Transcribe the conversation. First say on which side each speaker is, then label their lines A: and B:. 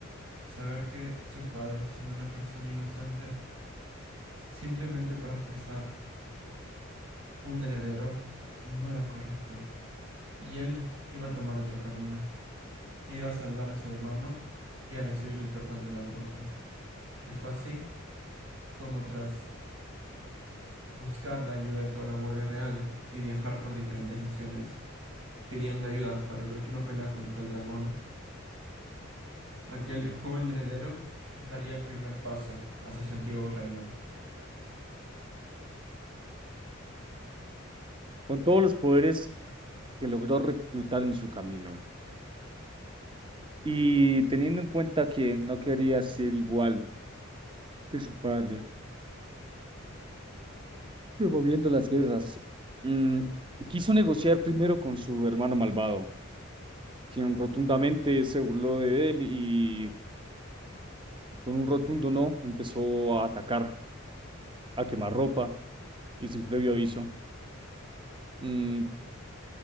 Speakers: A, on the right; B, on the right.
A: Saber que su padre asesinó a una persona inocente simplemente para forzar un heredero no era correcto. Y él iba a tomar otro camino. iba a salvar a su hermano y a recibir el perdón de la bruja. Y fue así como tras buscar la ayuda de toda la Guardia Real y viajar por diferentes naciones, pidiendo ayudas para la última pelea contra el dragón, aquel joven heredero daría el primer paso hacia su antiguo reino.
B: con todos los poderes que logró reclutar en su camino. Y teniendo en cuenta que no quería ser igual que su padre, promoviendo las guerras. Mm, quiso negociar primero con su hermano malvado, quien rotundamente se burló de él y con un rotundo no empezó a atacar, a quemar ropa y sin previo aviso. mm,